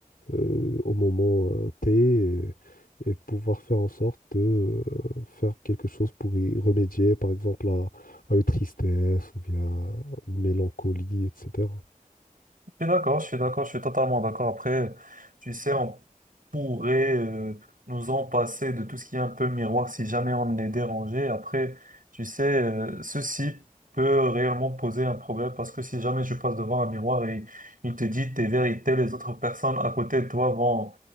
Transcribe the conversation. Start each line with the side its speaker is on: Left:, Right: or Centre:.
Left: euh, au moment euh, T et, et pouvoir faire en sorte de euh, faire quelque chose pour y remédier, par exemple à, à une tristesse ou bien à une mélancolie, etc.
Right: Je suis d'accord, je suis d'accord, je suis totalement d'accord. Après, tu sais, on pourrait euh, nous en passer de tout ce qui est un peu miroir si jamais on est dérangé. Après, tu sais, euh, ceci peut réellement poser un problème parce que si jamais tu passes devant un miroir et il te dit tes vérités, les autres personnes à côté de toi vont,